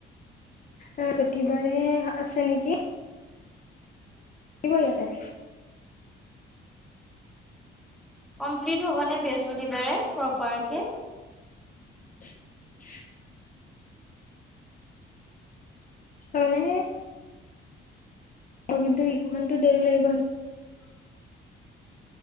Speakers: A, on the left (about 40°); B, in the centre.
A: বৃহস্পতিবাৰে আছে নেকি কি কৰি আছে
B: কমপ্লিট হ'ব নে বৃহস্পতিবাৰে প্ৰপাৰকে
A: <inaudible> মানে মই কিন্তু অলপমানটো দেৰি লাগিব ন
B: <inaudible>